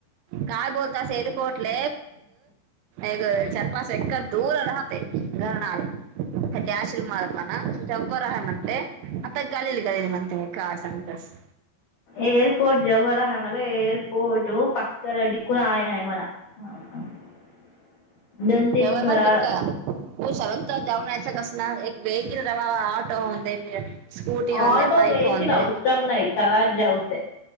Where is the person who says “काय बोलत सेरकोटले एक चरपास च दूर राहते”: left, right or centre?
Right